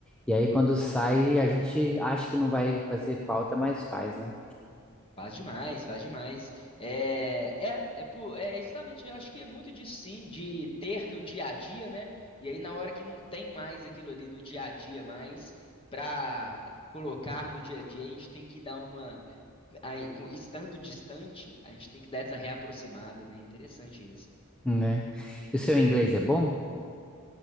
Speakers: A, in the centre; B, on the left.
A: e aí quando sai, a gente acha que não vai fazer falta, mas faz, né?
B: Faz demais, faz demais. É, é, é, por, é justamente, eu acho que é muito disso sim, de ter no dia a dia, né? E aí na hora que não tem mais aquilo ali no dia a dia mais, pra colocar no dia a dia, a gente tem que dar uma, aí, com- estando distante, a gente tem que dar essa reaproximada, né? Interessante isso.
A: Né? E o seu inglês é bom?